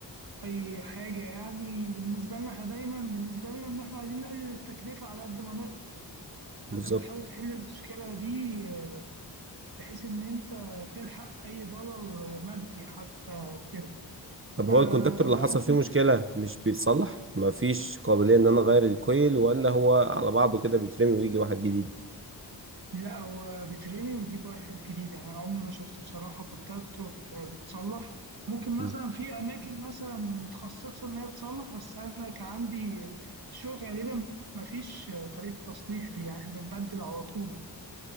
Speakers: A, on the right; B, on the right.
A: أي حاجة يعني بالنسبة لنا إحنا دايما بالنسبة لنا إن إحنا عايزين نقلل التكلفة على قد ما نقدر
B: بالظبط
A: أنت بتحاول تحل المشكلة دي آه، بحيث إن أنت تلحق أي دولار مادي حتى وكده
B: طب
A: فبرضه
B: هو الكونتاكتور اللي حصل فيه مشكلة مش بيتصلح مفيش قابلية ان انا اغير الكويل ولا هو على بعضه كده بيترمي ويجي واحد جديد
A: لا هو بيترمي ويجيب واحد جديد يعني أنا عمري ما شفت بصراحة كونتاكتور بيتصلح ممكن مثلا
B: مم.
A: في أماكن مثلا متخصصة إن هي تصلح بس أنا كان عندي الشغل غالبا ما فيش طريقة تصليح دي يعني إحنا بنبدل على طول يعني.